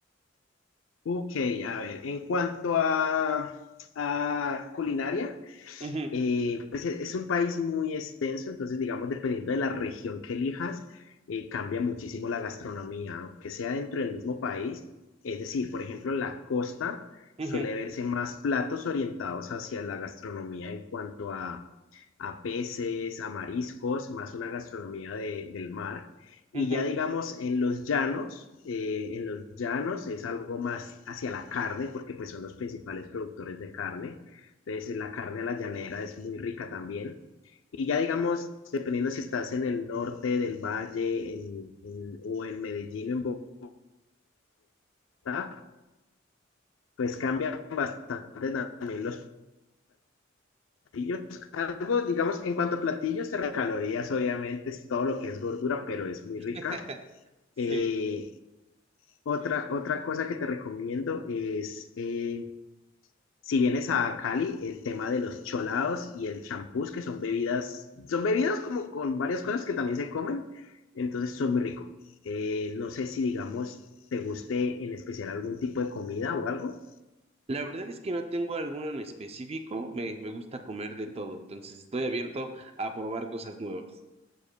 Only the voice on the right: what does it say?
Ujú,
ujú,
ujú.
<laughs> Sí.
La verdad es que no tengo alguno en específico, me, me gusta comer de todo, entonces estoy abierto a probar cosas nuevas.